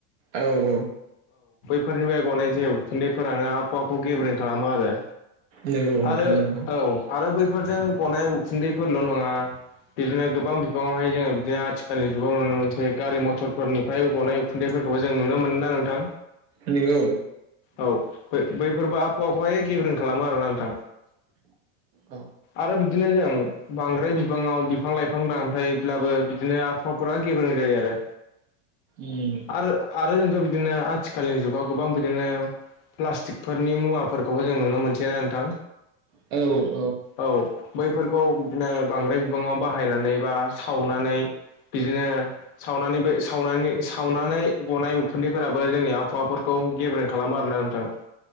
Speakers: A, on the right; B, on the left.
A: औ औ
B: फोरनिफ्राय गनाय जे उखुन्दैफोरानो आबहावाखौ गेब्रें खालामो आरो
A: नंगौ नोंथां
B: आरो
A: नंगौ
B: औ आरो बैफोरजों गनाय उखुन्दैफोरल नङा बिदिनो गोबां बिबाङावहाय जोङो बिदिनो आथिखालनि जुगाव नुनो मोनसै गारि मटरफोरनिफ्राय गावनाय उखुनदै फोरखौबो जों नुनो ना नोंथां
A: नंगौ
B: औ बैफोरबो आबहावाखौहाय गेब्रें खालामो आरोना नोंथां
A: औ
B: आरो बिदिनो जों बांद्राय बिबाङाव बिफां लाइफां दानफ्रायब्लाबो बिदिनो आबहाफोरा गेब्रें जायो
A: उम
B: आरो आ जोंथ' बिदिनो आथिलनि जुगाव गोबां बिदिनो मुवा फोरखौबो जों नुनो मोनसै ना नोंथां
A: औ
B: औ बैफोरखौ बिदिनो बांद्राय बिबाङाव बाहायनानै बा सावनानै बिदिनो सावनानै बे सावनानै सावनानै गनाय उखुन्दैफोराबो जोंनि आबहावाफोरखौ गेब्रें खालामो आरोना नोंथां